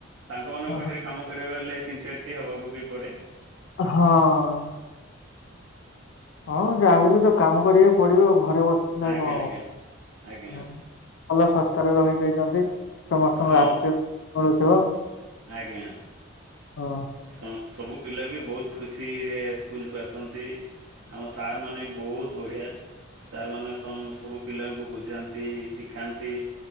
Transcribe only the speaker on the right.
ତାଙ୍କ ମାନଙ୍କ
ପାଖରେ କାମ କରିବାକୁ ହେଲେ ସିନସିୟରଟି ହବାକୁ ବି ପଡେ।
ଆଜ୍ଞା
ଆଜ୍ଞା।
ଆଜ୍ଞା
ହଁ
ଆଜ୍ଞା।
ସଁ ସବୁ ପିଲା ବି ବହୁତ ଖୁସି ରେ ସ୍କୁଲ କୁ ଆସନ୍ତି। ଆମ ସାର୍ ମାନେ ବି ବହୁତ ବଢିଆ। ସାର୍ ମାନେ ସବୁ ପିଲାଙ୍କୁ ବୁଝାନ୍ତି ଶିଖାନ୍ତି।